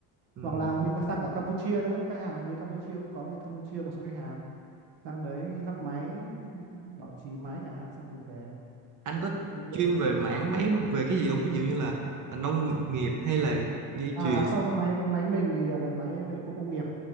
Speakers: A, on the right (about 40°); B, on the right (about 65°).
A: Ừ.
B: hoặc là mình sang cả Campuchia nữa khách hàng mình bên Campuchia cũng có bên Campuchia một số khách hàng sang đấy lắp máy em, bảo trì máy chẳng hạn xong thì về
A: Anh có
B: công việc
A: chuyên về mảng mấy về cái gì không? Ví dụ như là ờ, nông nghiệp hay là dây
B: à
A: chuyền
B: không máy máy mình thì là về máy về khu công nghiệp